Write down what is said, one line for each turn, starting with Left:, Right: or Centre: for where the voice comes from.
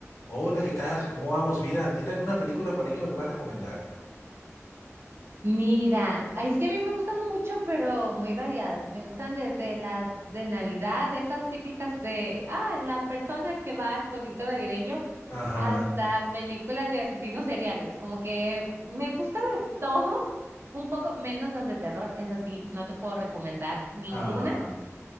Left: Hola, ¿qué tal? ¿Cómo vamos? Mira, ¿tiene alguna película por ahí que me puedas recomendar?
Right: Mira, ay, es que a mí me gustan mucho, pero muy variadas. Me gustan desde las de Navidad, esas típicas de, ah, la persona que va al pueblito navideño,
Left: Ajá.
Right: hasta películas de asesinos seriales. Como que me gusta de todo, <laughs> un poco menos las de terror. Es así, no te puedo recomendar ninguna.
Left: Ah,